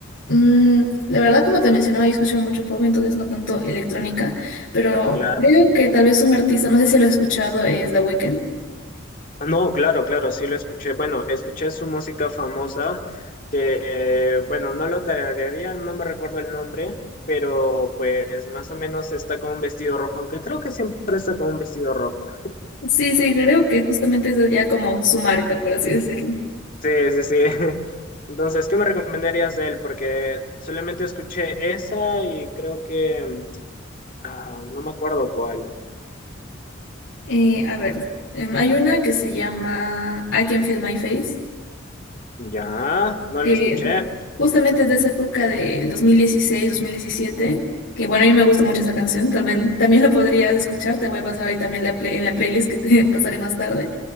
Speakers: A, on the left; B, on the left.
A: mm, la verdad, como te mencionaba, yo escucho mucho pop, entonces no tanto electrónica, pero
B: Claro.
A: creo que tal vez un artista, no sé si lo he escuchado, es The Weeknd.
B: No, claro, claro, sí lo escuché. Bueno, escuché su música famosa, que, bueno, no lo tararearía, no me recuerdo el nombre, pero pues más o menos está con un vestido rojo, aunque creo que siempre está con un vestido rojo.
A: Sí, sí, creo que justamente es ya como su marca, por así decirlo.
B: Sí, sí, sí. <laughs> Entonces, ¿qué me recomendarías de él? Porque solamente escuché esa y creo que, mm, ah, no me acuerdo cuál.
A: Eh, a ver, em, hay una que se llama I Can Feel My Face,
B: Ya, no
A: que
B: lo escuché,
A: justamente es de esa época del dos dos mil dieciséis dos mil diecisiete que bueno, a mí me gusta mucho esa canción, tal vez también la podrías escuchar, te voy a pasar ahí también la play- en la playlist que te <laughs> pasaré más tarde.